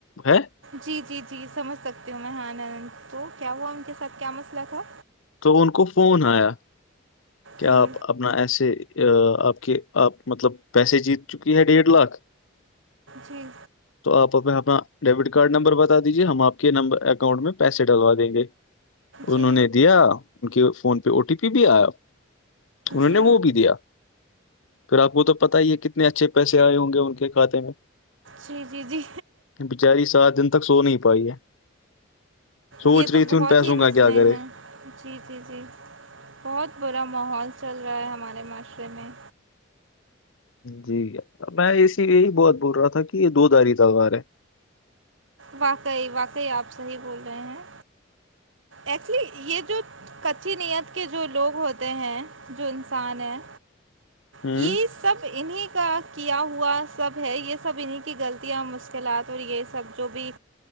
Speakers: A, on the left (about 75°); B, on the right (about 70°).
A: ہے
B: جی جی جی سمجھ سکتی ہوں میں ہاںند تو کیا ہوا ان کے ساتھ کیا مسئلہ تھا
A: تو ان کو فون آیا کہ
B: جی
A: آپ اپنا ایسے ا آپ کے آپ مطلب پیسے جیت چکی ہے ڈیڑھ لاکھ
B: جی
A: تو آپ اپ اپنا ڈیبٹ کارڈ نمبر بتا دیجیے ہم آپ کے نمبر اکاؤنٹ میں پیسے ڈلوا دیں گے انہوں
B: جی
A: نے دیا ان کے فون پہ او ٹی پی بھی آیا انہوں
B: جی
A: نے وہ بھی دیا پھر آپ کو تو پت ہی ہے کتنے اچھے پیسے آئے ہوں گے ان کے کاتے میں
B: جی جی جی
A: بچاری سات دن تک سو نہیں پائی ہے سوچ
B: یہ
A: رہی
B: تو
A: تھی
B: بہت
A: ان پیسوں
B: ہی
A: کا
B: مسئلے
A: کیا کرے
B: ہیں جی جی جی بہت برا ماحول چل رہا ہے ہمارے معاشرے میں
A: جی میں اسی یہی بہت بول رہا تھا کہ یہ دو داری تلوار ہے
B: واقعی واقعی آپ صحیح بول رہے ہیں ایکچولی یہ جو کچی نیت کے جو لوگ ہوتے ہیں جو انسان ہیں
A: ہاں
B: یہ سب انہیں کا کیا ہوا سب ہے یہ سب انہیں کی غلطیاں مشکلات اور یہ سب جو بھی